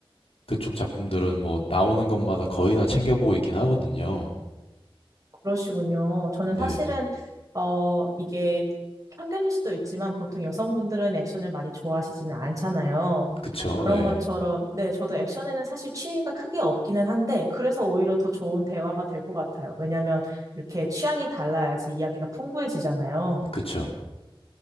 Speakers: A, on the left (about 85°); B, on the right (about 35°).
A: 그쪽 작품들은 뭐 나오는 것마다 거의 다 챙겨보고 있긴 하거든요.
B: 그러시군요. 저는
A: 네.
B: 사실은, 어, 이게 편견일 수도 있지만 보통 여성분들은 액션을 많이 좋아하시지는 않잖아요.
A: 그쵸.
B: 그런
A: 네.
B: 것처럼, 네, 저도 액션에는 사실 취미가 크게 없기는 한데 그래서 오히려 더 좋은 대화가 될 것 같아요. 왜냐하면 이렇게 취향이 달라야지 이야기가 풍부해지잖아요.
A: 그쵸.